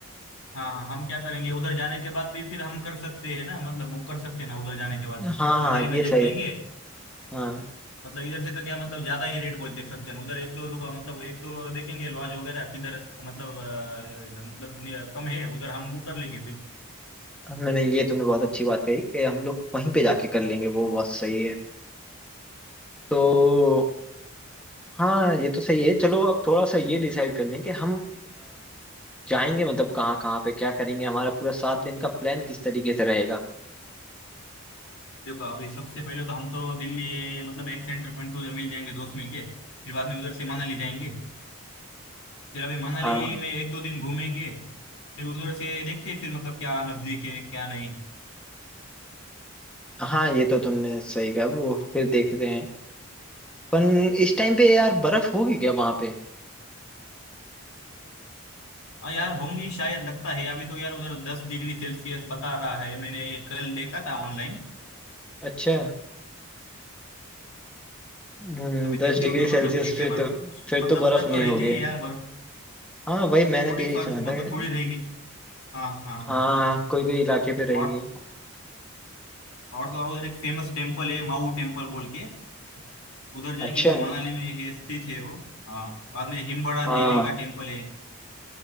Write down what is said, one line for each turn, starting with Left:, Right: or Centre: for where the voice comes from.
Left: हाँ हाँ हम क्या करेंगे उधर जाने के बाद भी फिर हम कर सकते हैं ना मतलब बुक कर सकते हैं ना उधर जाने के बाद
Centre: हाँ हाँ
Left: मनाली में
Centre: ये
Left: जाएंगे
Centre: सही है हाँ
Left: मतलब इधर से तो क्या मतलब ज्यादा ही रेट बोलते हैं सब जन उधर एक दो दुका मतलब एक दो देखेंगे लॉज वगैरह किधर मतलब अ, मतलब नि- कम है उधर हम बुक कर लेंगे फिर
Centre: नहीं नहीं ये तुमने बहुत अच्छी बात कही कि हम लोग वहीं पे जाके कर लेंगे वो बहुत सही है तो हाँ ये तो सही है चलो अब थोड़ा सा ये डिसाइड कर लें कि हम जाएंगे मतलब कहाँ कहाँ पे क्या करेंगे हमारा पूरा सात दिन का प्लान किस तरीके से रहेगा
Left: देखो अभी सबसे पहले तो हम तो दिल्ली ये, मतलब एक सेंटर पॉइंट पे उधर मिल जाएंगे दोस्त मिलके फिर बाद में उधर से मनाली जाएंगे फिर अभी मनाली
Centre: हाँ
Left: में एक दो दिन घूमेंगे फिर उधर से देखते हैं फिर मतलब क्या नजदीक है क्या नहीं
Centre: हाँ ये तो तुमने सही कहा वो फिर देखते हैं पन इस टाइम पे यार बर्फ होगी क्या वहां पे
Left: और यार होंगी शायद लगता है अभी तो यार उधर दस डिग्री सेल्सियस बता रहा है मैंने ये कल देखा था ऑनलाइन
Centre: अच्छा हम्म
Left: अभी देखते
Centre: दस डिग्री
Left: हैं उधर
Centre: सेल्सियस
Left: मतलब है क्या
Centre: फिर
Left: बर्फ
Centre: तो फिर
Left: मतलब
Centre: तो बर्फ
Left: उधर
Centre: नहीं
Left: तो रहती
Centre: होगी
Left: है यार बर्फ
Centre: हाँ वही मैंने
Left: नहीं थोड़ी
Centre: भी यही
Left: फर्क
Centre: सुना
Left: मतलब
Centre: था कि-
Left: थोड़ी रहेगी हाँ हाँ हाँ
Centre: हाँ कोई कोई इलाके पे रहेगी
Left: और और तो और उधर एक फेमस टेम्पल है माऊ टेम्पल बोल के उधर जाएंगे
Centre: अच्छा
Left: फिर मनाली में है स्थित है वो हाँ बाद में हिमबड़ा
Centre: हाँ
Left: देवी का टेम्पल है